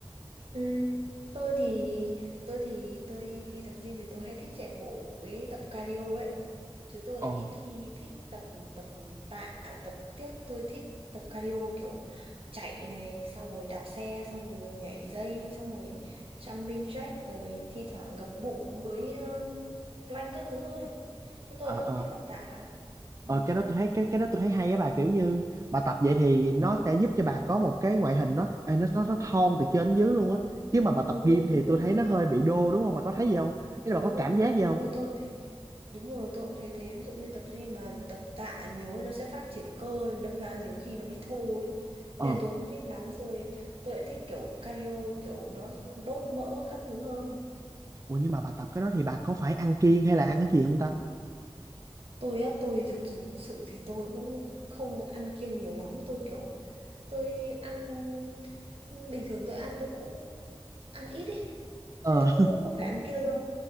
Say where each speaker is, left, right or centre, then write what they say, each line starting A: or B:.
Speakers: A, on the right (about 70°); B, on the right (about 35°).
A: Ừ. Tôi thì tôi thì tôi đi tập gym thì tôi hay thích chạy bộ với tập cardio ấy. chứ tôi
B: Ồ
A: lại ít khi thích tập tập tạ à, tập tiếc tôi thích tập cardio kiểu chạy này xong rồi đạp xe xong rồi nhảy dây xong rồi jumping jack rồi thi thoảng gập bụng với um, plank các thứ thôi chứ tôi
B: ờ
A: lại không
B: ờ
A: thích tập tạ lắm Ừ.
B: Ờ, cái đó tôi thấy cái cái đó tôi thấy hay á bà kiểu như bà tập vậy thì nó sẽ giúp cho bà có một cái ngoại hình nó ê, nó nó nó thon từ trên đến dưới luôn á chứ mà bà
A: ừ
B: tập gym thì
A: đúng rồi
B: tôi thấy nó hơi bị đô đúng không bà có thấy gì không ý là bà
A: đúng
B: có cảm
A: rồi
B: giác gì không
A: đúng rồi tôi cũng thấy đúng rồi tôi cũng thấy thế ví dụ như tập gym mà tập tạ nhiều ấy nó sẽ phát triển cơ đâm ra nhiều khi nó bị thô ấy
B: ờ
A: nên là tôi không thích lắm tôi tôi lại thích kiểu cardio kiểu nó đốt mỡ các thứ hơn
B: ủa nhưng mà bà tập cái đó thì bà có phải ăn kiêng hay là ăn cái gì không ta
A: tôi á tôi thực sự sự thì tôi cũng không ăn kiêng nhiều lắm tôi kiểu tôi ăn bình thường tôi ăn tôi cũng ăn ít ấy
B: ờ
A: nên tôi cũng không phải ăn kiêng đâu